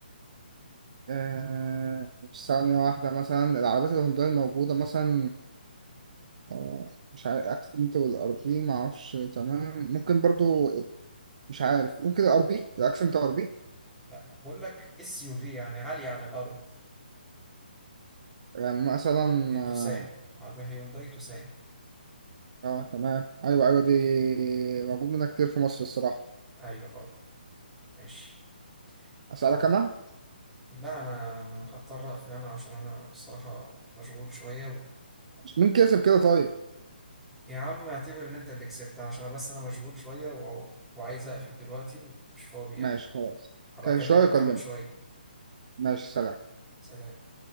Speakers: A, on the right; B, in the centre.
A: آه، مش ثانية واحدة مثلا العربيات الهندية الموجودة مثلا آه، مش عارف اكسنت والار بي معرفش تمام ممكن برضو مش عارف ممكن الار بي الاكسنت ار بي
B: لا بقول لك اس يو في يعني عالية عن الأرض
A: يعني مثلا
B: هي توسان
A: اه
B: عربية هيونداي توسان
A: آه، تمام ايوه ايوه دي موجود منها كتير في مصر الصراحة
B: أيوة أه ماشي
A: اسألك
B: طيب
A: انا
B: لا أنا هضطر أقفل أنا عشان أنا الصراحة مشغول شوية و...
A: مين كسب كده طيب
B: يا عم اعتبر إن أنت اللي كسبت عشان أنا بس أنا مشغول شوية و... وعايز أقفل دلوقتي ومش فاضي يعني
A: ماشي خلاص
B: هبقى
A: كان
B: أكلمك
A: شوية يكلمني
B: كمان شوية
A: ماشي سلام
B: سلام